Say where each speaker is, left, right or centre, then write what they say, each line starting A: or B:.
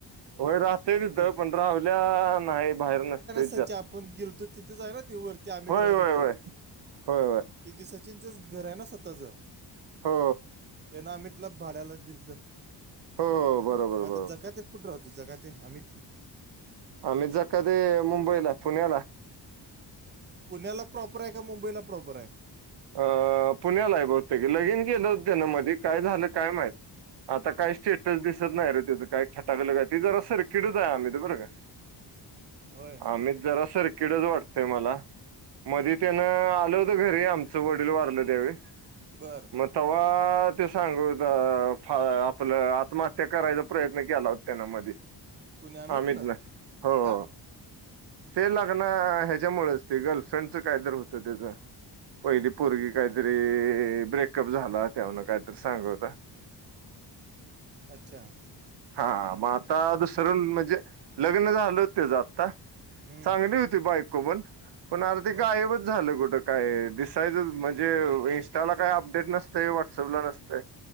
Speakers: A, on the right; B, on the right.
A: होय राहतय
B: ती
A: तिथं पण राहूल्या नाही बाहेर नसतंय.
B: सच्चा आपण गेलतो तिथेच आहे ना ती वरती अमित
A: होय
B: राहत
A: होय
B: होत.
A: होय होय होय!
B: ती ते सचिनचंच घर आहे ना स्वतःचं
A: हो
B: त्यांन अमितला भाड्यान दिलंतं.
A: हो हो बरोबर.
B: मग
A: बरोबर
B: आता जगात्यात कुठ राहतोय जगाते अमित?
A: अमित जकाते मुंबईला पुण्याला.
B: पुण्याला प्रॉपर आहे का मुंबईला प्रॉपर आहे?
A: अ पुण्याला आहे बहुतेक लगीन केलं होतं त्यांनी मधी काय झालं काय माहित! आता काही स्टेटस दिसत नाही रे त्याचं काय खटाकल काय ते जरा सर्किटच ये अमित बर का. <unintelligible>
B: होय
A: अमित जरा सर्किटच वाटतय मला मध्ये त्यान आल घरी आमचं वडील वारलं त्यावेळी
B: बरं!
A: मग तेव्हा ते सांगत होता आपलं आत्महत्या करायचा प्रयत्न केला होता. त्यानं मधी
B: कुणी
A: अमित
B: ना
A: न हो.
B: का
A: ते लग्ना ह्याच्यामुळेच ते गर्लफ्रेंडच काय तर होतं त्याचं. पहिली पोरगी काहीतरी ब्रेकअप झाला त्यावेळेला काहीतरी सांगत होता. <inaudible>
B: अच्छा!
A: हा मग आता दुसरं म्हणजे लग्न झालं होत त्याचं आता
B: हम्म.
A: चांगली होती बायको पण पण आता ते
B: मग
A: गायबच झालं कुठं काय दिस म्हणजे इंस्टाला काय अपडेट नस तय, व्हॉट्सअप ला नसते